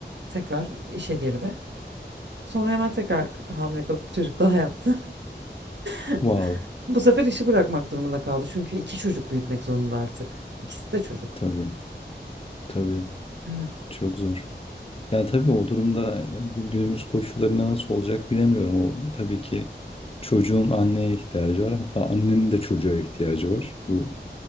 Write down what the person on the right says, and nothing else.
tekrar işe girdi. Sonra hemen tekrar hamile kalıp bir çocuk daha yaptı. <laughs>
Bu sefer işi bırakmak durumunda kaldı. Çünkü iki çocuk büyütmek zorunda artık. İkisi de çocuk.
Evet,